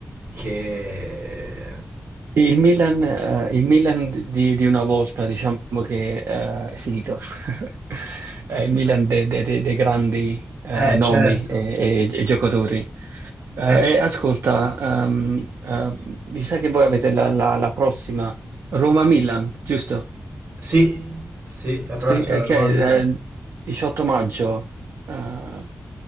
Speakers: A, on the right; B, on the right.
A: che...
B: Il Milan, eh, il Milan di, di una volta, diciamo che eh, è finito. <laughs> Eh, il Milan dei dei- dei- dei grandi eh,
A: Eh,
B: nomi
A: certo.
B: e e- e giocatori. Eh,
A: Eh, c-
B: e ascolta, ehm, eh, mi sa che voi avete la, la- la prossima Roma-Milan, giusto?
A: Sì, sì, la prossima
B: Sì, eh,
A: è la
B: che
A: nuova
B: è
A: Milan.
B: eh, 18 maggio, eh,